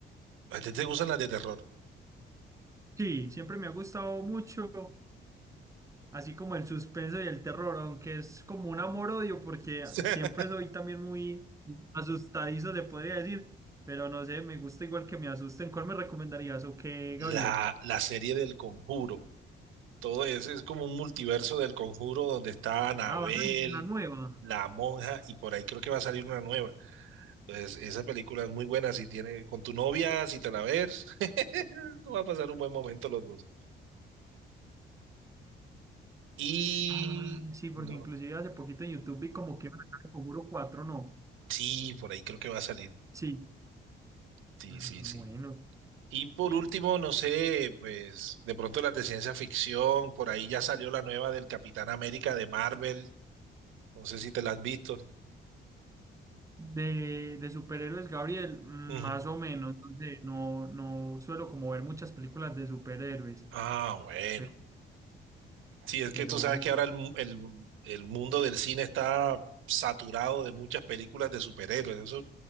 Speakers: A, on the right (about 80°); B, on the right (about 15°).
A: ¿a ti te gustan las de terror?
B: sí, siempre me ha gustado mucho, así como el suspenso y el terror, aunque es como un amor-odio, porque
A: <laughs>
B: siempre soy también muy asustadizo, se podría decir, pero no sé, me gusta igual que me asusten. ¿Cuál me recomendarías o qué,
A: La,
B: Gabriel?
A: la serie del Conjuro. Todo eso es como un multiverso del Conjuro donde está Anabel,
B: Ah, vas a ver una nueva.
A: la monja, y por ahí creo que va a salir una nueva. Pues esa película es muy buena si tiene con tu novia, si te la ves, <laughs> va a pasar un buen momento los dos. Y
B: Ah, sí, porque
A: no,
B: inclusive hace poquito en YouTube vi como que iban a sacar el Conjuro 4, ¿no?
A: sí, por ahí creo que va a salir.
B: Sí.
A: Sí,
B: Ah,
A: sí,
B: bueno.
A: sí. Y por
B: Y
A: último, no sé, pues de pronto las de ciencia ficción, por ahí ya salió la nueva del Capitán América de Marvel, no sé si te la has visto.
B: de, de superhéroes, Gabriel, mm,
A: Ujú.
B: más o menos, no sé, no, no suelo como ver muchas películas de superhéroes,
A: Ah, bueno.
B: pero,
A: Sí, es
B: pero
A: que tú sabes
B: bueno,
A: que
B: igual.
A: ahora el, mu- el, el mundo del cine está saturado de muchas películas de superhéroes. Eso